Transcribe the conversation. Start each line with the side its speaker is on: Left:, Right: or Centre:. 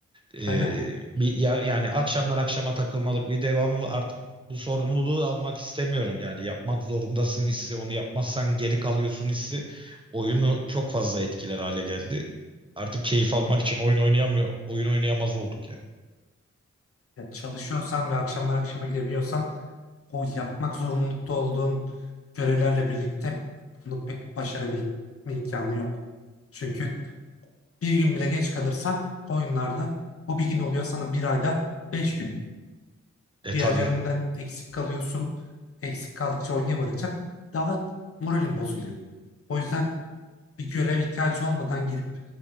Right: E,
Left: Aynen.
Right: bir ya- yani akşamdan akşama takılmalık bir devamlı artık bu sorumluluğu almak istemiyorum. Yani yapmak zorundasın hissi, onu yapmazsan geri kalıyorsun hissi oyunu çok fazla etkiler hale geldi. Artık keyif almak için oyun oynayamıyor, oyun oynayamaz olduk yani.
Left: Ya çalışıyorsan ve akşamlar akşama girebiliyorsan o yapmak zorunlulukta olduğun görevlerle birlikte bunu pek başarabilme imkanı yok. Çünkü bir gün bile geç kalırsan oyunlarda o bir gün oluyor sana bir ayda beş gün.
Right: E
Left: Diğerlerinden
Right: tabi.
Left: eksik kalıyorsun. Eksik kaldıkça oynayamadıkça daha moralin bozuluyor. O yüzden bir görev ihtiyacı olmadan gidip